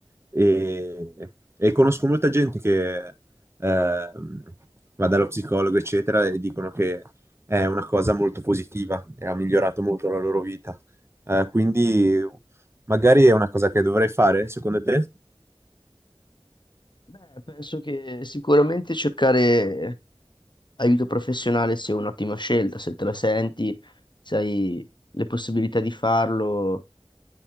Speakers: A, on the right; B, on the left.
A: e, e conosco molta gente che ehm, va dallo psicologo, eccetera, e dicono che è una cosa molto positiva e ha migliorato molto la loro vita. Eh, quindi magari è una cosa che dovrei fare, secondo te?
B: Beh, penso che sicuramente cercare aiuto professionale sia un'ottima scelta, se te la senti, se hai le possibilità di farlo,